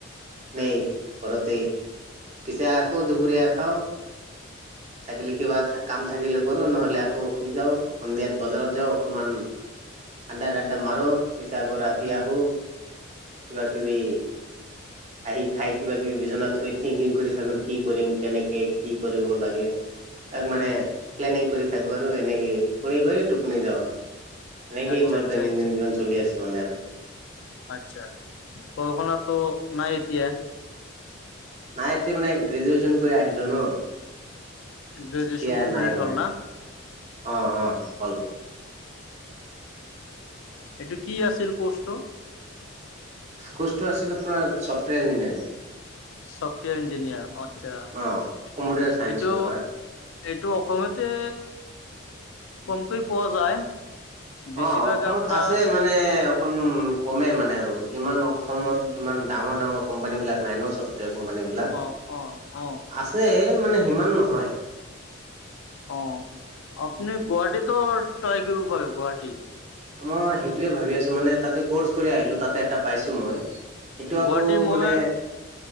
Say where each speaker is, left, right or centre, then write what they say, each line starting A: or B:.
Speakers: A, on the right; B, on the left.
A: নে
B: উম,
A: ঘৰতে পিছে আকৌ দুুপুৰীয়া খাওঁ থাকিলে কিবা কাম থাকিলে কৰো নহলে আকৌ শুই যাও, সন্ধিয়াত বজাৰত যাওঁ মান <unintelligible> মাৰো, পিছে আকৌ ৰাতি
B: উম,
A: আহো, কিবা কিবি
B: উম, <inaudible>
A: আহি খাই কিবা-কিবি বিচনাত শুই থিংকিং কৰি থাকো কি কৰিম, কেনেকে কি কৰিব লাগে। তাক মানে,
B: উম,
A: প্লেনিং কৰি থাকো আৰু এনেকে কৰি কৰি টোপনি যাওঁ এনেকেই
B: আচ্ছা
A: মোৰ
B: আচ্ছা
A: দৈনন্দিন
B: আচ্ছা
A: জীৱন চলি আছে মানে আৰু।
B: আচ্ছা, <unintelligible> নাই এতিয়া?
A: নাই এতিয়া মানে, গ্ৰেজুৱেচন কৰি আহিলো ন।
B: গ্ৰেজুুৱেচন
A: এতিয়া
B: কমপ্লিট
A: নাই মানে
B: হ'ল না।
A: অ', অ', হ'ল।
B: এইটো কি আছিল কৰ্ছটো?
A: কোৰ্চটো আছিল আপোনাৰ চফ্টৱেৰ ইঞ্জিনিয়াৰিং।
B: চফ্টৱেৰ ইঞ্জিনিয়াৰ আচছা।
A: অ কম্পিউটাৰ চাইন্সত
B: এইটো,
A: হয়
B: এইটো অসমতে কমকৈ পোৱা যায়। বেছিভাগে
A: অ', অসমত
B: আপোনাৰ
A: আছে মানে অকন কমে মানে আৰু ইমান অসমত
B: উম
A: ইমান ডাঙৰ ডাঙৰ কোম্পানী বিলাক নাই ন ছফ্টৱেৰ কোম্পানীবিলাক,
B: অ অ অ
A: আছে মানে হিমান নহয়।
B: অ', আপুনি গুৱাহাটীতো ট্ৰাই কৰিব পাৰে গুৱাহাটী।
A: মই সেইটোৱে ভাবি আছো, মানে তাতে কৰ্চ কৰি আহিলো তাতে এটা পাইছো মই সেইটো আকৌ
B: গুৱাহাটী মোৰ
A: মানে,